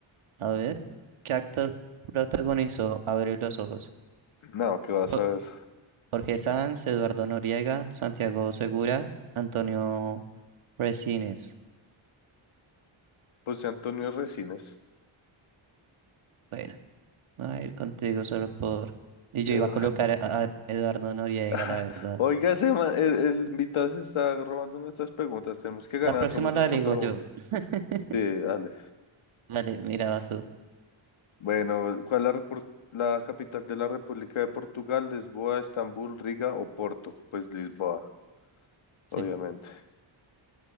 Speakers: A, on the right; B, on the left.
A: A ver, ¿qué actor protagonizó Abrir los ojos?
B: No, ¿qué vas
A: Jo-
B: a ver?
A: Jorge Sanz, Eduardo Noriega, Santiago Segura, Antonio Resines.
B: José Antonio Resines.
A: Bueno, me voy a ir contigo solo por... Y yo
B: Eduardo.
A: iba a colocar a, a Eduardo Noriega,
B: <laughs>
A: la verdad.
B: Oiga, el, el invitado se está robando nuestras preguntas. Tenemos que ganar,
A: La próxima
B: somos
A: la
B: dos contra
A: digo yo.
B: uno.
A: <laughs>
B: Sí, dale.
A: Vale, mira, vas tú.
B: Bueno, ¿cuál es la, repor- la capital de la República de Portugal? ¿Lisboa, Estambul, Riga o Porto? Pues Lisboa,
A: Sí,
B: obviamente.